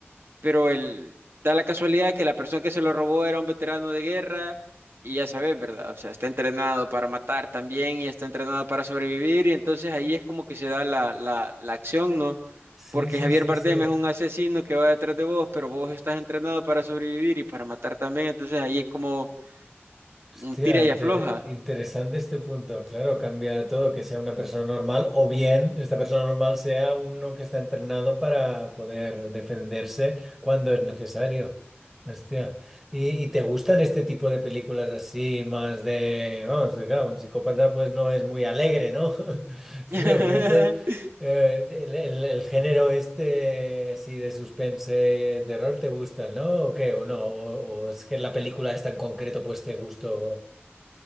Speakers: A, on the right; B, in the centre.
A: pero el, da la casualidad que la persona que se lo robó era un veterano de guerra y ya sabes, ¿verdad? O sea, está entrenado para matar también y está entrenado para sobrevivir y entonces ahí es como que se da la, la, la acción, ¿no?
B: Sí,
A: Porque
B: sí,
A: Javier
B: sí,
A: Bardem
B: sí.
A: es un asesino que va detrás de vos, pero vos estás entrenado para sobrevivir y para matar también, entonces ahí es como
B: Hostia,
A: un tira
B: inter-
A: y afloja.
B: interesante este punto. Claro, cambia todo, que sea una persona normal o bien esta persona normal sea uno que está entrenado para poder defenderse cuando es necesario. Hostia. ¿Y, y te gustan este tipo de películas así, más de, vamos, de, claro, un psicópata pues no es muy alegre, ¿no? <laughs> Si
A: <laughs>
B: lo piensas, eh, el, el- el género este, así de suspense, terror, ¿te gusta, no? ¿O qué? ¿O no? ¿O, o es que la película esta en concreto pues te gustó?